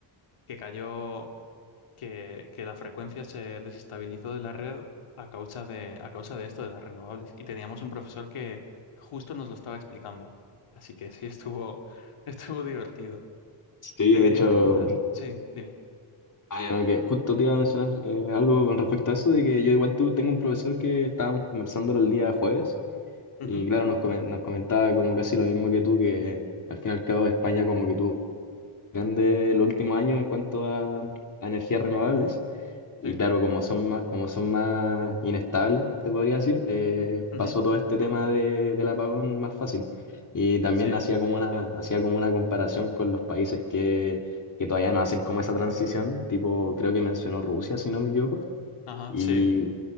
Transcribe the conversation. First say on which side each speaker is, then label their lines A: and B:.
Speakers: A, on the left; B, on the left.
A: que cayó que, que la frecuencia se desestabilizó de la red a causa de, a causa de esto de las renovables. Y teníamos un profesor que justo nos lo estaba explicando. Así que sí, estuvo, <laughs> estuvo divertido.
B: Sí,
A: Te
B: de
A: quería
B: hecho.
A: preguntar, sí, dime.
B: Ah, ya. Bueno, que justo te iba a mencionar eh, algo con respecto a eso, de que yo igual tu- tengo un profesor que estábamos conversando el día jueves
A: Ujú,
B: y claro, nos, comen- nos comentaba como casi lo mismo que tú, que al fin y al cabo España como que tuvo grande el último año en cuanto a, a energías renovables. Y
A: sí,
B: claro, como son más, como son más inestables, se podría decir, eh,
A: ujú,
B: pasó todo este tema de, del apagón más fácil. Y también
A: sí,
B: hacía como una, hacía como una comparación con los países que, que todavía no hacen como esa transición, tipo, creo que mencionó Rusia, si no me equivoco.
A: ajá,
B: Y,
A: sí,